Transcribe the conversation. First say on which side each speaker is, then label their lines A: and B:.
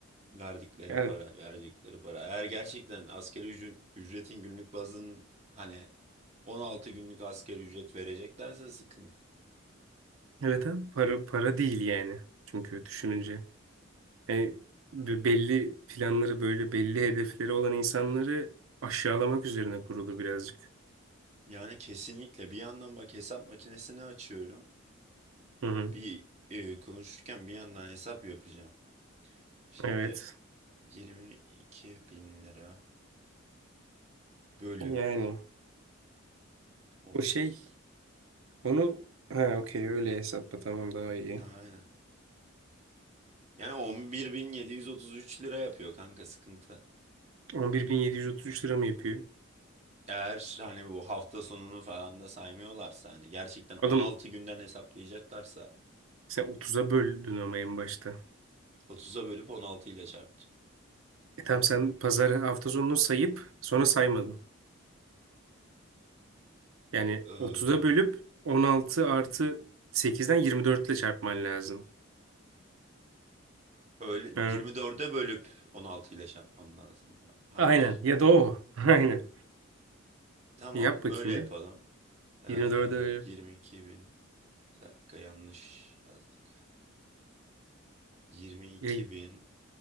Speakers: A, on the right; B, on the right.
A: Verdikleri
B: Evet.
A: para, verdikleri para. Eğer gerçekten asgari ücret, ücretin günlük bazın hani 16 günlük asgari ücret vereceklerse sıkıntı.
B: Evet abi para para değil yani. Çünkü düşününce yani be- belli planları böyle belli hedefleri olan insanları aşağılamak üzerine kurulu birazcık.
A: Yani kesinlikle bir yandan bak hesap makinesini açıyorum.
B: Hı hı.
A: Bir e, konuşurken bir yandan hesap yapacağım. Şimdi
B: Evet.
A: 22 bin lira bölü
B: Yani
A: 30.
B: o şey onu ha okey öyle hesapla tamam daha iyi.
A: Aynen. Yani 11.733 lira yapıyor kanka sıkıntı.
B: 11.733 lira mı yapıyor?
A: Eğer hani bu hafta sonunu falan da saymıyorlarsa hani gerçekten 16
B: Oğlum
A: günden hesaplayacaklarsa
B: sen otuza böldün ama en başta.
A: 30'a bölüp 16 ile çarptım.
B: E tamam sen pazar hafta sonunu sayıp sonra saymadın. Yani
A: Ee,
B: otuza bölüp 16 artı 8'den 24 ile çarpman lazım.
A: öyle
B: Ha.
A: 24'e bölüp 16 ile çarpmam lazım. Hayır.
B: Aynen. Ya da o. <laughs> Aynen.
A: Tamam
B: Yap bakayım
A: öyle yapalım.
B: bir.
A: Ee,
B: 24'e
A: 22 bin bir dakika yanlış yazdık. 22
B: ya
A: bin